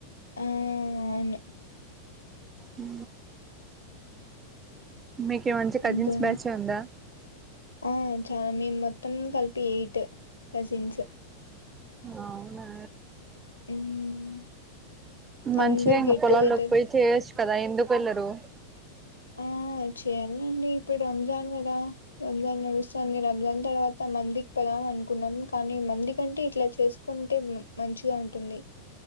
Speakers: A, on the left; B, on the right.
A: ఆ అవును
B: ఊ మీకే మంచి కజిన్స్
A: ఇంకా
B: బ్యాచ్ ఉందా
A: ఆ చాలా మేం మొత్తం కలిపి ఎయిట్ కజిన్స్
B: అవునా
A: మ్మ్.
B: మంచిగా
A: అందరు
B: ఇంకా
A: గెట్
B: పొలాల్లో
A: టుగెదర్
B: పోయి చేయొచ్చు కదా ఎందుకు వెళ్ళరు
A: ఆ చేయాలండి ఇప్పుడు రంజాన్ గదా రంజాన్ నడుస్తుంది రంజాన్ తర్వాత మందిక్ తప్పదాం అనుకున్నాం కానీ మంది కంటే ఇట్లా చేసుకుంటే మంచిగా ఉంటుంది